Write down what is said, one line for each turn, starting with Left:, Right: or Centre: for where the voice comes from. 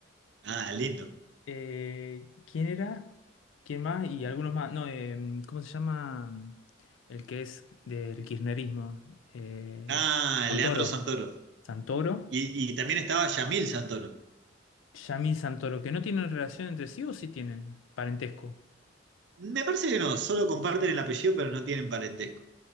Right: Ah, lindo.
Left: eh, ¿quién era? ¿Quién más? Y algunos más. No, em, ¿cómo se llama el que es del kirchnerismo? Eh,
Right: Ah,
Left: Santoro.
Right: Leandro Santoro.
Left: Santoro.
Right: Y, y también estaba Yamil Santoro.
Left: Yamil Santoro, que no tienen relación entre sí o sí tienen parentesco.
Right: Me parece que no, solo comparten el apellido, pero no tienen parentesco.